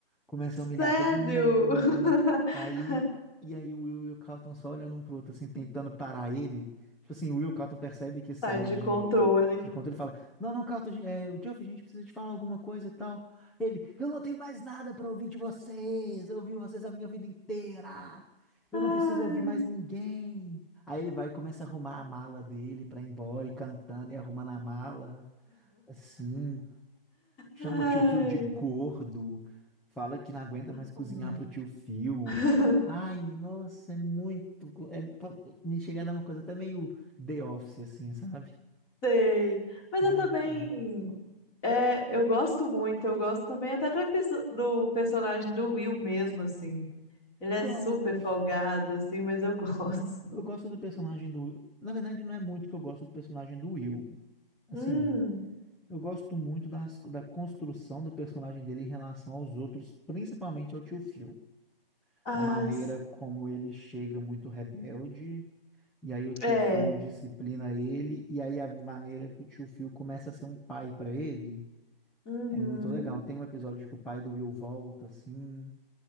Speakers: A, in the centre; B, on the left.
A: começa a humilhar
B: Sério?
A: todo mundo.
B: <laughs>
A: Aí, e aí o Will e o Carlton só olhando um pro outro, assim, tentando parar ele. Tipo assim, o Will, o Carlton percebe que sai
B: Sai de
A: de,
B: controle.
A: de controle e fala: Não, não, Carlton, a gen- é, o Geoff, a gente precisa te falar alguma coisa e tal. Ele: Eu não tenho mais nada pra ouvir de vocês. Eu ouvi vocês a minha vida inteira. Eu
B: Ai,
A: não preciso ouvir mais ninguém. Aí ele vai e começa a arrumar a mala dele pra ir embora e cantando e arrumando a mala. Assim. Chama
B: ai.
A: o tio Phil de gordo, fala que não aguenta mais cozinhar
B: como-
A: pro tio Phil.
B: <laughs>
A: Ai, nossa, é muito. co- É, pa- me chega a dar uma coisa até meio The Office, assim, sabe?
B: Sei. Mas
A: É,
B: eu também.
A: muito bom.
B: É, eu gosto muito, eu gosto também até do, episo- do personagem do Will mesmo, assim. Ele é
A: Gosto.
B: super folgado, assim, mas eu <laughs> gosto.
A: Eu gosto do personagem do. Na verdade, não é muito que eu gosto do personagem do Will. Assim,
B: Hum,
A: eu gosto muito das, da construção do personagem dele em relação aos outros, principalmente ao tio Phil.
B: as,
A: A maneira como ele chega muito rebelde. E aí o tio
B: é.
A: Phil disciplina ele, e aí a maneira que o tio Phil começa a ser um pai para ele
B: Uhum.
A: é muito legal. Tem um episódio que o pai do Will volta, assim,